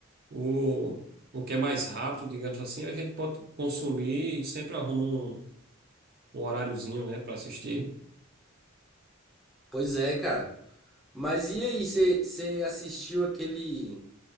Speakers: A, on the right; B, in the centre.
A: o, o que é mais rápido, digamos assim, a gente pode consumir e sempre arruma um, um horáriozinho, né, para assistir.
B: Pois é, cara. Mas e aí, você você assistiu aquele